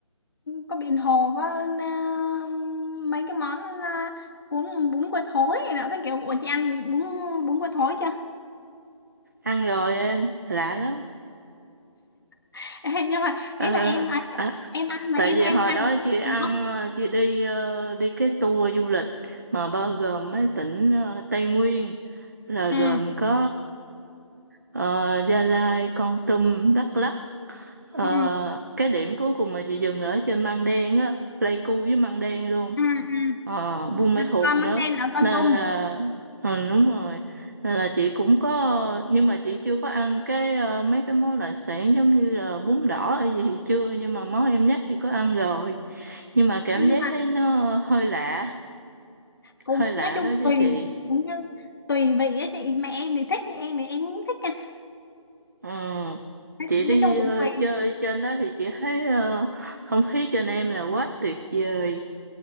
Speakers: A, on the left; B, on the right.
A: có biển hồ có ờ, mấy cái món ờ, bún bún cua thối này nọ cái kiểu ủa chị ăn bún bún bún cua thối chưa
B: ăn rồi em lạ lắm
A: <laughs> Ê, nhưng mà
B: Ờ,
A: ý là em ấy,
B: à,
A: em ăn mà
B: tại
A: em
B: vì
A: ăn
B: hồi
A: ăn
B: đó
A: không
B: chị ăn
A: được. không?
B: ờ, chị đi ờ, đi cái tour du lịch mà bao gồm mấy tỉnh ờ, Tây Nguyên là
A: ừ
B: gồm có ờ, ờ, Gia Lai Kon Tum Đắk Lắk Ờ,
A: ừ
B: cái điểm cuối cùng mà chị dừng là ở trên Măng Đen á Pleiku với Măng Đen luôn
A: ừ
B: ờ,
A: ừ
B: Buôn Ma Thuột
A: con
B: nữa
A: mang đen là con
B: nên
A: đùng
B: là ừ, đúng rồi nên là chị cũng có nhưng mà chị chưa có ăn cái ờ, mấy cái món đặc sản giống như là bún đỏ hay gì thì chưa nhưng mà món em nhắc thì có ăn rồi nhưng mà cảm
A: nhưng
B: giác
A: mà
B: thấy nó hơi lạ
A: cũng
B: hơi lạ
A: nói chung
B: đó chứ
A: tùy
B: chị
A: cũng như tùy vị á chị mẹ em thì thích chị em thì em cũng thích à.
B: ừ.
A: nói,
B: Chị
A: nói
B: đi
A: chung cũng
B: ờ,
A: tùy
B: chơi trên đó thì chị thấy ờ, không khí trên em là quá tuyệt vời